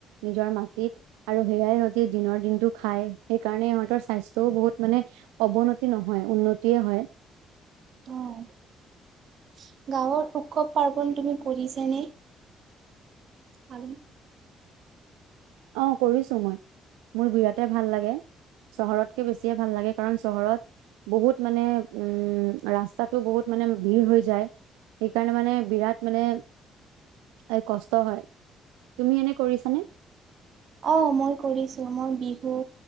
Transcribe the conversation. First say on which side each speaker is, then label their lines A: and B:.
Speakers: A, on the right; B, on the right.
A: নিজৰ মাটিত আৰু সেয়াই সিহঁতি দিনৰ দিনটো খায়, সেইকাৰণে সিহঁতৰ স্বাস্থ্যও বহুত মানে অৱনতি নহয়, উন্নতিয়ে হয়
B: অ' গাঁৱৰ উৎসৱ পাৰ্বন তুমি কৰিছাঁ নে? <inaudible>
A: অ', কৰিছোঁ মই, মোৰ বিৰাটে ভাল লাগে। চহৰতকে বেছিয়ে ভাল লাগে, কাৰণ চহৰত বহুত মানে উম, ৰাস্তাটো বহুত মানে ভিৰ হৈ যায়। সেইকাৰণে মানে বিৰাট মানে, এই কষ্ট হয়। তুমি এনে কৰিছানে?
B: অ', মই কৰিছোঁ। মই বিহু,